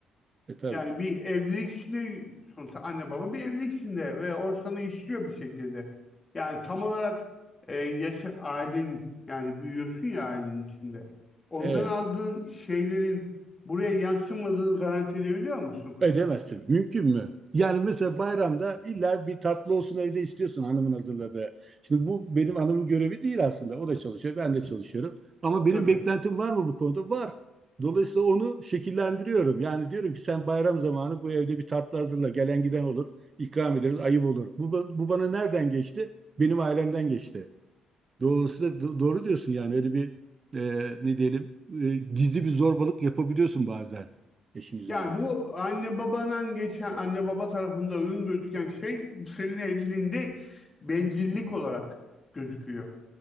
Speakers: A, on the right; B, on the left.
A: E tabii.
B: Yani bir evlilik içinde sonuçta anne baba bir evlilik içinde ve o sana işliyor bir şekilde. Yani tam olarak e, yaşa ailen yani büyüyorsun ya ailenin içinde. Ondan
A: Evet.
B: aldığın şeylerin buraya yansımadığını garanti edebiliyor musun?
A: Edemezsin. Mümkün mü? Yani mesela bayramda illa bir tatlı olsun evde istiyorsun hanımın hazırladığı. Şimdi bu benim hanımın görevi değil aslında. O da çalışıyor, ben de çalışıyorum. Ama benim
B: Tabii.
A: beklentim var mı bu konuda? Var. Dolayısıyla onu şekillendiriyorum. Yani diyorum ki sen bayram zamanı bu evde bir tatlı hazırla. Gelen giden olur. İkram ederiz. Ayıp olur. Bu, ba- bu bana nereden geçti? Benim ailemden geçti. Dolayısıyla do- doğru diyorsun yani öyle bir e, ne diyelim e, gizli bir zorbalık yapabiliyorsun bazen eşin üzerinde.
B: Yani bu anne babadan geçen anne baba tarafında uygun gözüken şey senin evliliğinde bencillik olarak gözüküyor.